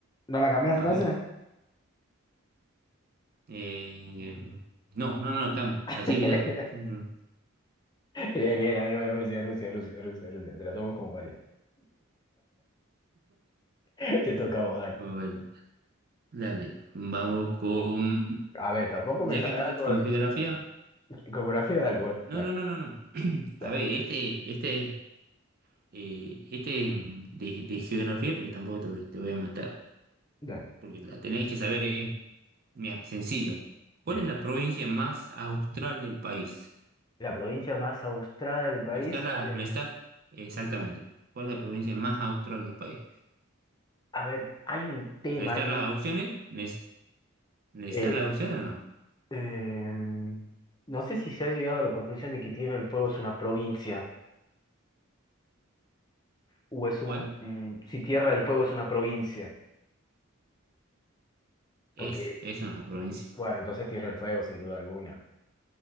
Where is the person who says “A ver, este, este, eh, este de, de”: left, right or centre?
Right